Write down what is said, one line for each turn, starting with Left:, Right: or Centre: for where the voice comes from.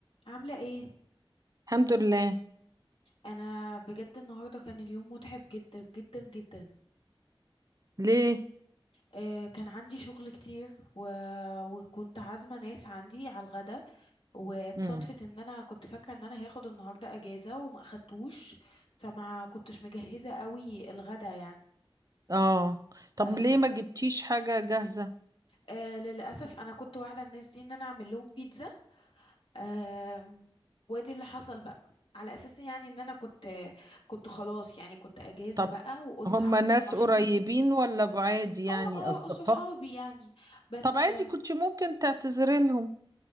Left: عاملة ايه؟
Right: الحمد لله
Left: انا بجد النهاردة كان اليوم متعب جدا جدا جدا
Right: ليه
Left: آه، كان عندي شغل كتير و... وكنت عازمة ناس عندي على الغدا واتصادفت
Right: امم
Left: ان انا كنت فاكرة ان انا هاخد النهاردة اجازة وما اخدتوش فما كنتش مجهزة قوي الغدا يعني
Right: اه طب
Left: آه.
Right: ليه ما جبتيش حاجة جاهزة
Left: آه للأسف انا كنت واعدة الناس دي ان انا اعمل لهم بيتزا آه. وادي اللي حصل بقى على اساس يعني ان انا كنت كنت خلاص يعني كنت اجازة
Right: طب
Left: بقى وقلت
Right: هما
Left: هعمل
Right: ناس
Left: براحتي
Right: قريبين ولا بعاد يعني
Left: اه اه
Right: أصدقاء
Left: آه، صحابي يعني بس
Right: طب عادي كنت ممكن تعتذري لهم